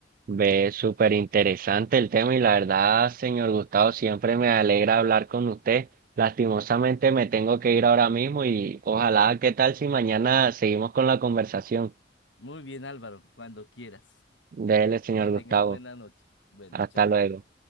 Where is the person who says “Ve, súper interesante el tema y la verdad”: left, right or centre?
Right